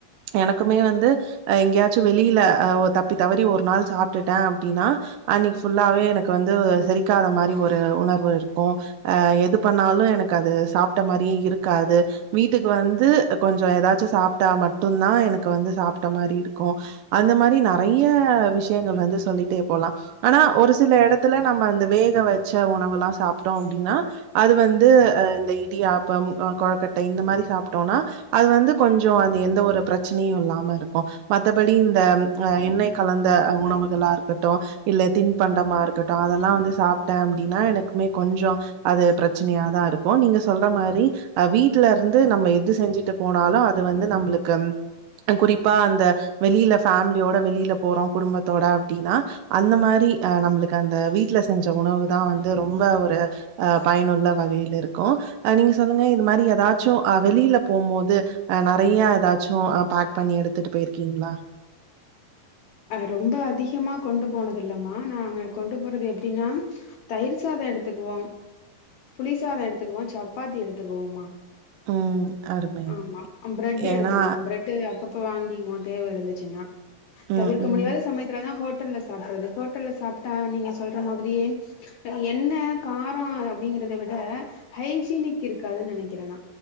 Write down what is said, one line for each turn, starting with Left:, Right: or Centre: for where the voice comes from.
Right: எனக்குமே வந்து அ எங்கயாச்சு வெளில அ ஒ தப்பி தவறி ஒரு நாள் சாப்ட்டுட்டே அப்டின்னா அன்னைக்கு ஃபுல்லாவே எனக்கு வந்து செரிக்காத மாரி ஒரு உணர்வு இருக்கு அ எது பண்ணாலு எனக்கு அது சாப்ட்ட மாரியே இருக்காது வீட்டுக்கு வந்து கொஞ்சோ எதாச்சு சாப்ட்டா மட்டுந்தா எனக்கு வந்து சாப்ட்ட மாரி இருக்கு அந்த மாரி நெறைய விஷயங்கள் வந்து சொல்லிட்டே போலா ஆனா ஒரு சில எடத்துல நம்ம அந்த வேக வச்ச உணவுல்லா சாப்ட்டோ அப்டின்னா அது வந்து அ இந்த இடியாப்பம் அ கொழுக்கட்ட இந்த மாரி சாப்ட்டோனா அது வந்து கொஞ்சோ அந்த எந்த ஒரு பிரச்சனையு இல்லாம இருக்கு மத்தபடி இந்த அ எண்ணெய் கலந்த உணவுகளா இருக்கட்டு இல்ல தின்பண்டமா இருக்கட்டு அதெல்லா வந்து சாப்ட்டே அப்டின்னா எனக்குமே கொஞ்சோ அது பிரச்சனையாதா இருக்கு நீங்க சொல்ற மாரி அ வீட்ல இருந்து நம்ம எது செஞ்சு ட்டு போனாலு அது வந்து நம்ளுக்கு அ குறிப்பா அந்த வெளில ஃபேமிலியோட வெளில போறோ குடும்பத்தோட அப்டின்னா அந்த மாரி அ நம்மளுக்கு அந்த வீட்ல செஞ்ச உணவு தா வந்து ரொம்ப ஒரு அ பயனுள்ள வகையில இருக்கு அ நீங்க சொல்லுங்க இது மாரி ஏதாச்சு வெளீல போம்போது அ நறைய எதாச்சு பேக் பண்ணி எடுத்துட்டு போயிருக்கீங்களா
Left: அ ரொம்ப அதிகமா கொண்டு போனது இல்லம்மா நாங்க கொண்டு போறது எப்படின்னா தயிர் சாதோ எடுத்துக்குவோ புளி சாதோ எடுத்துக்குவோ சப்பாத்தி எடுத்துக்குவோ மா
Right: ம் அருமை
Left: ஆமா
Right: அருமை
Left: பிரெட்
Right: ஏன்னா
Left: எடுத்துக்குவோ பிரெட் ட்டு அப்பப்ப வாங்கிக்குவோ தேவ இருந்துச்சுன்னா
Right: ம்
Left: தவிர்க்க
Right: ம்
Left: முடியாத சமயத்துலதா ஹோட்டல்ல சாப்படுறது ஹோட்டல்ல சாப்பிட்டா நீங்க சொல்ற மாதிரியே அ என்ன காரோ அப்படிங்கறத விட ஹைஜீனிக் இருக்காதுன்னு நெனைக்கிற நா